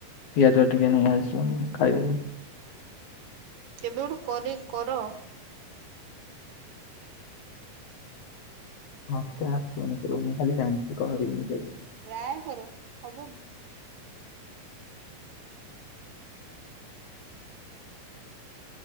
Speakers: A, on the left; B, on the right.
A: ପିଆଜ ଟିକେ ନେଇ ଆସି ଖାଇବି।
B: କେବେଗୋଟେ କରିକି କର।
A: ମତେ ଆସିବନି କେବେ ମୁଁ ଖାଲି ଜାଣିଛି କରିନି କେବେ।
B: ଟ୍ରାଏ କର ହବନି।